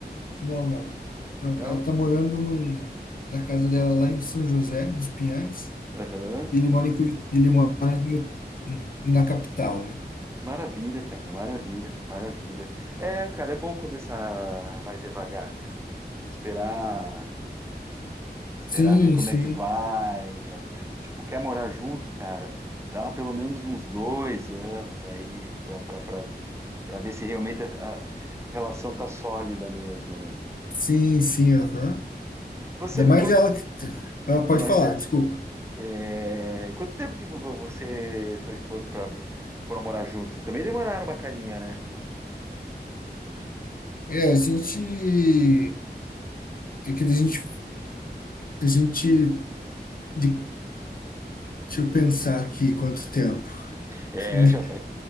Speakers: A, on the left (about 55°); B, on the right (about 15°).
A: Não, não. Então,
B: Não?
A: ela tá morando num- na casa dela lá em São José dos Pinhais.
B: Aham.
A: Ele mora em Curi... ele mora em Ut- na capital, né?
B: Maravilha, cara. Maravilha, maravilha. É, cara, é bom começar mais devagar, cara. Esperar, esperar
A: Sim,
B: ver como
A: sim.
B: é que vai. até- Tipo, quer morar junto, cara? Dá pelo menos uns dois anos aí pra, pra, pra, pra ver se realmente a a relação tá sólida mesmo, né?
A: Sim, sim, aham.
B: Você
A: Ainda
B: ficou.
A: mais ela que. Ela pode
B: Mas
A: falar,
B: é,
A: desculpa.
B: É, Quanto tempo que vo- você e tua esposa pra- foram morar juntos? Vocês Também demoraram uma carinha, né?
A: É, a gente. É que a gente. A gente. de- Deixa eu pensar aqui quanto tempo.
B: É,
A: <laughs>
B: já faz.